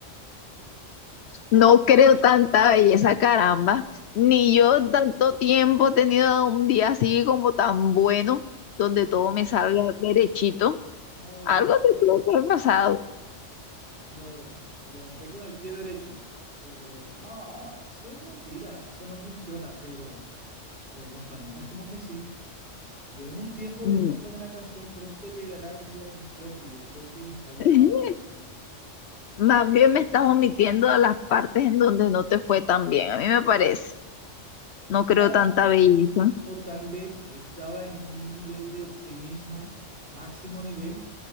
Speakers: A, on the left; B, on the right.
A: No creo tanta belleza, caramba. Ni
B: No,
A: yo en tanto tiempo he tenido un día así como tan bueno, donde
B: no,
A: todo me salga derechito.
B: no,
A: Algo
B: yo
A: te tuvo que haber pasado.
B: no. Me levanté con el pie derecho, pero no, eso es mentira, eso no funciona, pero lo de los planetas como que sí. Yo en un tiempo,
A: Mm.
B: yo cantaba una canción, pronto llegará el día de mi suerte y yo creo que ha llegado.
A: <laughs> Más bien me estás omitiendo las partes en donde no te fue tan bien, a mí me parece. No creo
B: O,
A: tanta belleza.
B: o tal vez yo estaba en un nivel de optimismo, máximo nivel,